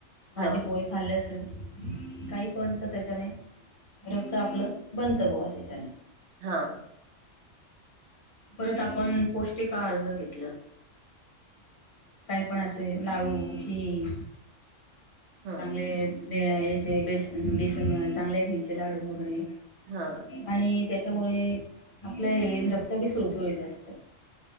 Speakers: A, on the left (about 50°); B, on the right (about 70°).
A: भाजी
B: हां,
A: पोळी खाल्ले असेल काही पण तर त्याच्याने रक्त आपलं बंत बो त्याच्याने
B: हा
A: परत आपण पौष्टिक आहार जर घेतलं काही पण असे लाडू घी
B: हा
A: चांगले ब याचे बेसन बेसन चांगल्या घ्यायचे लाडू वगैरे
B: हा
A: आणि त्याच्यामुळे आपलं हे रक्त तर बी सुळसुळीत असतं